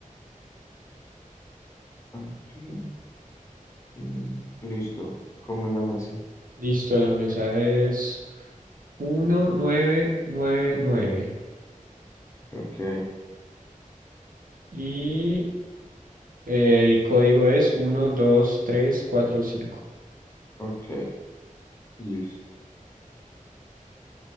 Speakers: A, on the left; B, on the right.
A: aquí, mm, listo, como es la mesa?
B: Listo, la mesa es 1999 y nueve.
A: Ok,
B: Y el código es 12345.
A: ok, listo.